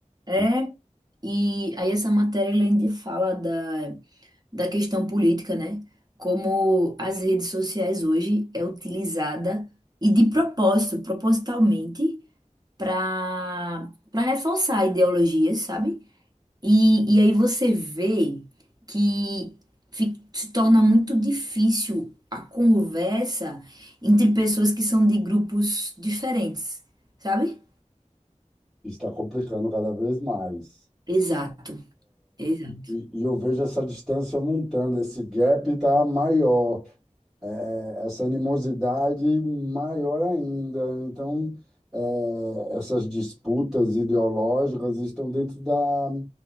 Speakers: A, on the right (about 30°); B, in the centre.
A: É,
B: e
A: e aí essa matéria ele ainda fala da, da questão política, né? Como as redes sociais hoje é utilizada e de propósito, propositalmente, para para reforçar ideologias, sabe? E, e aí você vê que fi- se torna muito difícil a conversa entre pessoas que são de grupos diferentes, sabe?
B: Está complicando cada vez mais.
A: Exato, exato.
B: E, e eu vejo essa distância aumentando, esse gap está maior é, essa animosidade maior ainda. Então, eh, essas disputas ideológicas estão dentro da,